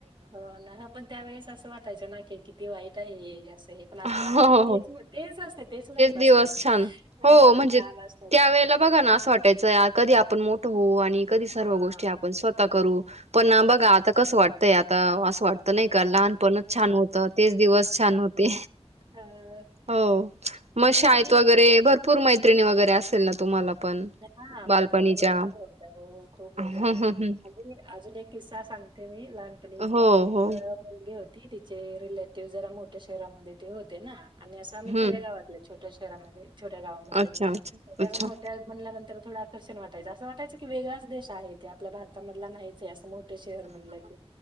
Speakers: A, on the right; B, on the right.
A: हो ना, हो पण त्यावेेळेस असं वाटायचं ना, कि किती वाईट. वाईट हे जास्त. पण आता
B: हो
A: वाटत
B: हो
A: की तेच-तेच
B: हो
A: असतय, तेच लाईफ अ
B: दिवस छान हो म्हणजे
A: छान असतय.
B: त्यावेेळेला बघा ना असं वाटायचं कधी आपण मोठ होऊ आणि कधी सर्व
A: हां,
B: गोष्टी आपण स्वतः स्वतः करू. पण
A: हो
B: बघा आता
A: ना.
B: कसं वाटतं. ते आता, असं वाटत त नाही का लहानपणच छान होतं, तेच दिवस छान होते.
A: हां.
B: हो मग
A: तर
B: शाळेत
A: आम्ही
B: वगैरे भरपूर भरपूर मैत्रिणी वगैरे असेल ना तुम्हाला पण?
A: हा मैत्रिणी
B: बालपणीच्या
A: बरोबर होत्या, हो खूप होत्या
B: हं हं हं
A: आणि अजून एक किस्सा सांगते मी लहानपणीचा,
B: हो
A: एक
B: हो
A: मुलगे होत ति तिचे रिलेटिव्ह जरा, मोठ्या शहरामध्ये ते होते ना आणि असं आम्ही
B: हं
A: खेडेगावातले छोटंश घरामध्ये छोट्या गावामधले,
B: अच्छा अच्छा
A: त्या
B: अच्छा
A: त्यानंतर थोडं आकर्षन वाटायचं, असं वाटयचं की वेगळाच देश आहे, ते आपल्या भारता मधला नाहिचये असं मोठ्ठ शहर म्हणला कि,